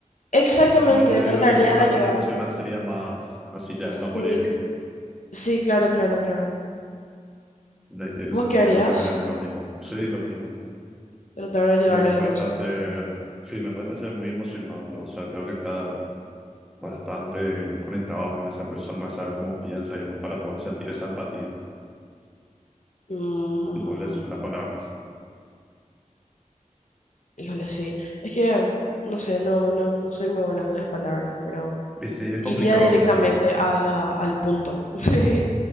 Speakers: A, on the left (about 60°); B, in the centre.
A: Exactamente,
B: En vez de
A: trataría
B: lo que sería un
A: de
B: apoyo
A: ayudar.
B: emocional, sería más así ya,
A: Sí,
B: un apoyo directo.
A: sí, claro, claro, claro.
B: No tiene
A: ¿Vos
B: sentido,
A: qué harías?
B: yo también haría lo mismo. Sí, lo mismo.
A: Tratar de ayudarle
B: Me cuesta
A: a la persona.
B: ser, sí, me cuesta ser muy emocional, ¿no? o sea, tengo que estar bastante conectado con esa persona, saber cómo piensa y demás, para poder sentir esa empatía
A: Mm, ujú,
B: y poder
A: ujú.
B: decir las palabras.
A: Híjole, sí. Es que, no sé, no, no, no soy muy buena con las palabras, pero...
B: Y sí, es complicado,
A: Iría directamente
B: en serio.
A: a la- al punto. <laughs>